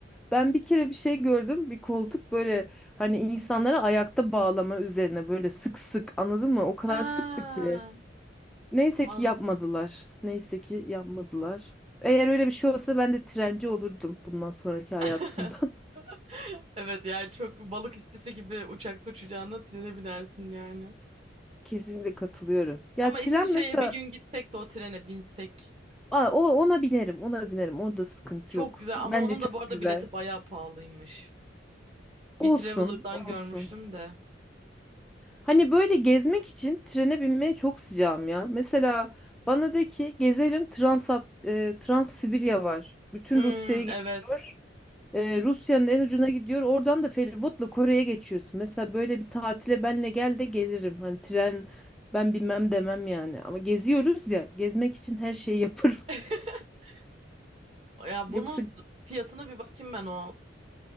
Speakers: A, in the centre; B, on the right.
A: Ben bir kere bir şey gördüm. Bir koltuk böyle hani insanlara ayakta bağlama üzerine böyle sık sık anladın mı? O kadar
B: Ha,
A: sıktı ki. Neyse
B: anladım.
A: ki yapmadılar. Neyse ki yapmadılar. Eğer öyle bir şey olsa ben de trenci olurdum bundan sonraki hayatımda.
B: <laughs> Evet yani çok balık istifi gibi uçakta uçacağına trene binersin yani.
A: <laughs> Kesinlikle katılıyorum. Ya
B: Ama
A: tren
B: İsviçre'ye
A: mesela
B: bir gün gitsek de o trene binsek.
A: Aa, o ona binerim, ona binerim. Onda sıkıntı
B: Çok
A: yok.
B: güzel
A: Bence
B: ama onun
A: çok
B: da bu arada
A: güzel.
B: bileti bayağı pahalıymış.
A: Olsun,
B: Bir Traveler'dan
A: olsun.
B: görmüştüm de.
A: Hani böyle gezmek için trene binmeye çok sıcağım ya. Mesela bana de ki gezelim Transat, e, Transsibirya var. Bütün
B: Hmm,
A: Rusya'ya gidiyor.
B: evet.
A: E, Rusya'nın en ucuna gidiyor. Oradan da feribotla Kore'ye geçiyorsun. Mesela böyle bir tatile benle gel de gelirim. Hani tren ben bilmem demem yani. Ama geziyoruz ya. Gezmek için her şeyi yaparım.
B: <laughs>
A: <laughs>
B: Ya
A: Yoksa
B: bunu fiyatına bir bakayım ben o